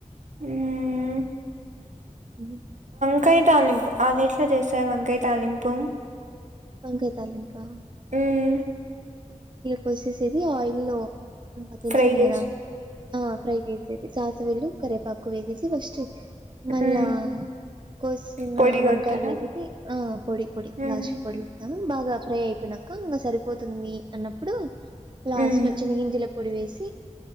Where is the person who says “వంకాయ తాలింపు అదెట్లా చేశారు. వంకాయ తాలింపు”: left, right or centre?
Right